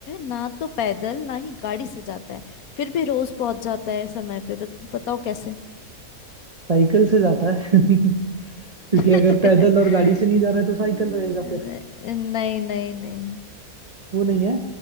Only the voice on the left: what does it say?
ना तो पैदल ना ही गाड़ी से जाता है फिर भी रोज पहुंच जाता है समय पे बत- बताओ कैसे
<laughs>
नहीं
नहीं नहीं नहीं